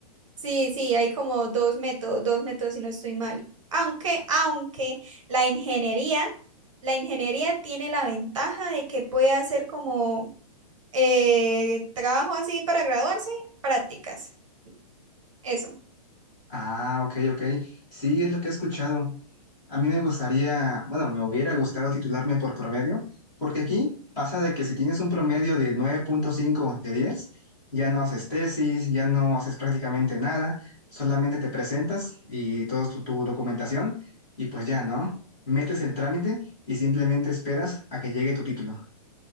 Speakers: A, on the right; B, on the left.
A: Sí, sí, hay como dos métodos, dos métodos si no estoy mal. Aunque, aunque la ingeniería, la ingeniería tiene la ventaja de que puede hacer como eh, trabajo así para graduarse, prácticas. Eso.
B: Ah, ok, ok. Sí, es lo que he escuchado. A mí me gustaría, bueno, me hubiera gustado titularme por promedio, porque aquí pasa de que si tienes un promedio de nueve punto cinco de 10, ya no haces tesis, ya no haces prácticamente nada, solamente te presentas y toda tu, tu documentación y pues ya, ¿no? Metes el trámite y simplemente esperas a que llegue tu título.